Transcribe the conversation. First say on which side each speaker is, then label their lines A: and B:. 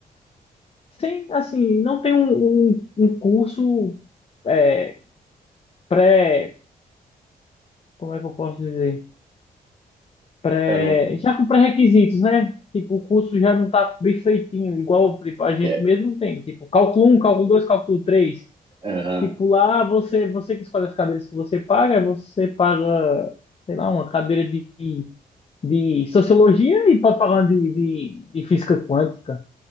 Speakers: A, on the left (about 40°); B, on the right (about 35°).
A: Sim, assim, não tem um, um, um curso é, pré, como é que eu posso dizer? Pré,
B: É, não,
A: já com pré-requisitos, né? Tipo, o curso já não tá bem feitinho, igual tipo, a gente
B: é,
A: mesmo tem. Tipo, cálculo um cálculo 2 cálculo três
B: Aham.
A: Tipo, lá você, você que escolhe as cadeiras que você paga, você paga, sei lá, uma cadeira de, de de sociologia e pode pagar uma de, de, de física quântica.